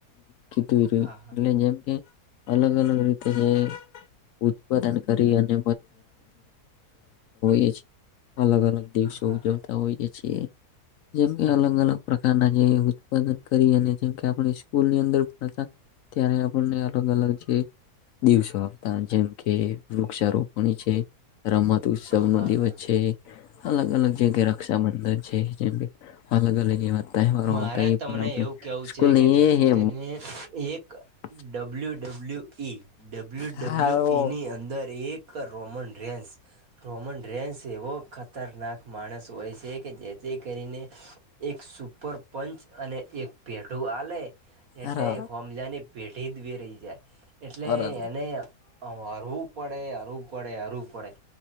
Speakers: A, on the left; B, on the right.
A: કીધું
B: હા હા
A: એટલે જેમ કે અલગ અલગ રીતે જે. ઉત્પાદન કરી અને <unintelligible> અલગ અલગ દિવસ
B: હા
A: ઉજવતા
B: હા
A: હોય છે એ
B: બરોબર
A: અલગ અલગ પ્રકારના જે ઉત્પાદન કરી અને જેમ કે આપણે સ્કૂલની અંદર અ ત્યારે આપણને અલગ અલગ જે દિવસો આપતા જેમ કે વૃક્ષારોપણી છે રમત ઉત્સવ
B: હા
A: નો દિવસ
B: હા
A: છે અલગ અલગ જગ્યા રક્ષાબંધન છે, જેમ કે અલગ અલગ એવા તહેવારો
B: મારે
A: આવતા એ
B: તમને
A: પણ આપ
B: એવું કેવું
A: સ્કૂલ
B: છે
A: ની
B: કે જેથી
A: એ
B: કરીને એક
A: <unintelligible>
B: ડબલ્યુ ડબલ્યુ ઈ ડબલ્યુ
A: હા
B: ડબલ્યુ ઈ
A: ઓ
B: ની અંદર એ કર રોમન રેન્સ રોમન રેન્સ એવો ખતરનાક માણસ હોય છે, કે જેથી કરીને એક સુપર પંચ અને એક પેઢું આલે એટલે
A: અરે
B: હોમજાને પેઢી દવે રહી જાય એટલે
A: અરે
B: એને હરવું પડે હરવું પડે હરવું પડે